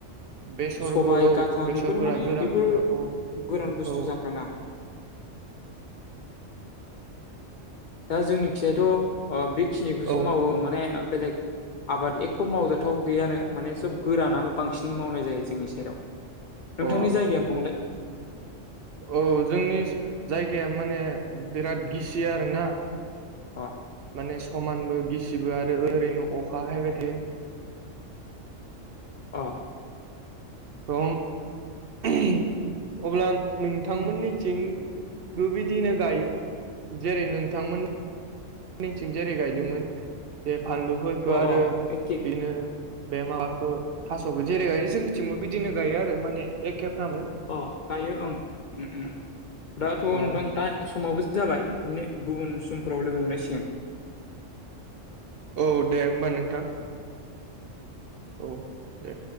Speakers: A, on the right; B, on the left.
A: बेसरबो
B: सबाय
A: औ
B: गाथा
A: बेसरफोरा
B: बेफोरो माने
A: गोरान
B: बेफोर
A: हायाव औ
B: गोरान बुस्थु
A: औ
B: जाग्राना दा जोंनिखिायाथ' बेखिनिखौसो
A: औ
B: मावो माने बेलेग आबाद एखौ' मावजाथाव गैयानो माने सब गोरानानो बांसिन मावनाय जायो जोंनि सेराव नोंथांनि
A: अ
B: जायगाया मंलाय।
A: औ जोंनि जायगाया माने बिराद गिसि आरोना।
B: अ
A: माने समानबो गिसिबो आरो ओरैनो अखा हायबाय थायो।
B: अ
A: थम उम अब्ला नोंथांमोननिथिंबो बिदिनो गायो। जेरै नोंथांमोन। निथिं जेरै गायदोंमोन बे फानलुफोरखो
B: अ
A: आरो
B: अ एखे
A: बेदिनो बे माबाखौ थासखौ जेरै गायो जोंनिथिंबो बिदिनो गायो आरो माने एखेफ्रामनो।
B: अ गायो ओं उम उम दाथ नोंथां
A: औ
B: दा समावबो जा जाबाय ने गुबुन समफोराव लोगो मोनलाय सिगोन।
A: औ दे होमबा नोंथां। औ दे